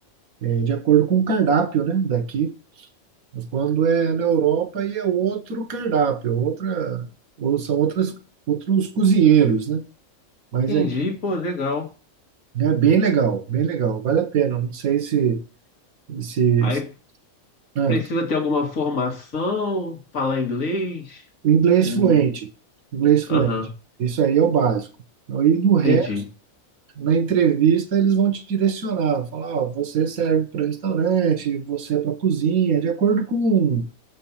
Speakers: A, on the right; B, on the left.
A: é, de acordo com o cardápio, né, daqui. Quando é na Europa, aí é outro cardápio, outra, ou são outras, outros cozinheiros, né? Mas
B: Entendi,
A: é aqui
B: pô, legal.
A: é bem legal, bem legal, vale a pena. Não sei se, se,
B: Aí
A: se- ah,
B: Precisa ter alguma formação, falar inglês?
A: O inglês
B: Um...
A: fluente, inglês fluente.
B: Aham,
A: Isso aí é o básico. E do resto,
B: entendi.
A: na entrevista, eles vão te direcionar, falar, ó, você serve para restaurante, você é para cozinha, de acordo com,